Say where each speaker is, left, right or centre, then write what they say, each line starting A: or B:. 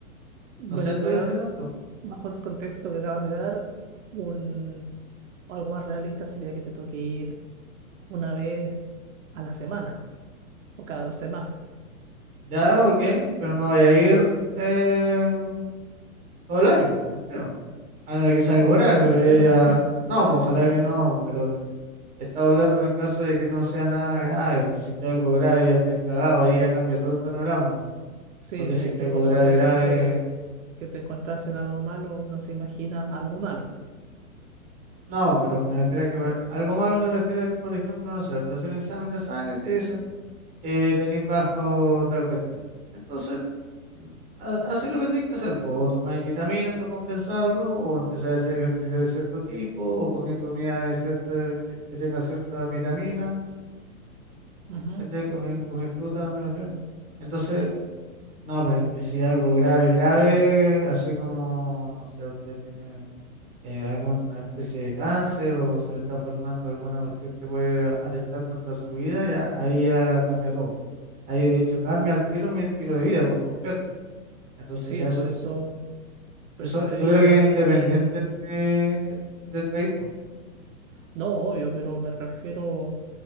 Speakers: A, on the right; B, on the right.
A: Bueno,
B: no siento
A: te voy
B: que
A: a-
B: sea tanto.
A: bajo el contexto que acabas de dar, un, algo más realista sería que te toque ir una vez a la semana o cada dos semanas.
B: Ya, ok, pero no voy a ir eh, todo el año entero. A no ser que sea algo
A: O-
B: grave,
A: ojalá
B: pero ya,
A: que
B: ya.
A: no.
B: No,
A: <laughs>
B: pues ojalá que no, pues, pero estaba hablando en el caso de que no sea nada grave, pues si es que algo grave ya estés cagado, ahí ya cambia todo el panorama.
A: Sí,
B: Porque
A: es
B: si es que
A: que
B: algo
A: como
B: grave,
A: tú dijiste
B: grave.
A: que te encontraste en algo malo, uno se imagina algo malo.
B: No, pues, pero me refiero a que por- algo malo me refiero a que, por ejemplo, no sé, te hacen un examen de sangre y te dicen que tenés bajo tal cuestión. Entonces ha- Hacéis lo que tenéis que hacer, pues, o tomáis vitaminas para compensarlo, o empezáis a hacer ejercicio de cierto tipo, o comer comida de cierta, que, que tenga cierta vitamina,
A: Ujú.
B: ¿cachai? Comí, comí fruta, me refiero. Entonces, no, pero es que si es algo grave, grave, así como, no sé, usted tiene eh, alguna especie de cáncer o se le está formando alguna cuestión que puede atentar contra su vida, ya ahí ya cambia todo. Ahí de hecho cambia el tiro mi estilo de vida por completo. Entonces
A: Sí,
B: ya
A: por
B: es
A: eso, por
B: Eso,
A: eso te
B: yo
A: digo,
B: creo
A: nunca
B: que es independiente
A: hay que,
B: de- de- del país, pues.
A: no, obvio, pero me refiero